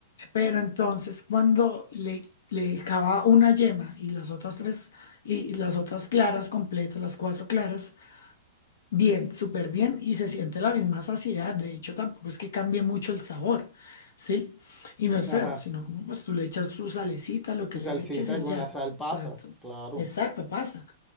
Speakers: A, on the left; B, in the centre.
A: Pero entonces cuando le, le dejaba una yema y las otras tres, y las otras claras completas, las cuatro claras, Bien, súper bien y se siente la misma saciedad. De hecho, tampoco es que cambie mucho el sabor, ¿sí? Y no es
B: Ajá.
A: feo, sino como pues tú le echas su salecita, lo que
B: Tu
A: le
B: salsita
A: eches y
B: con
A: ya.
B: la sal
A: Exacto.
B: pasa, claro,
A: Exacto, pasa.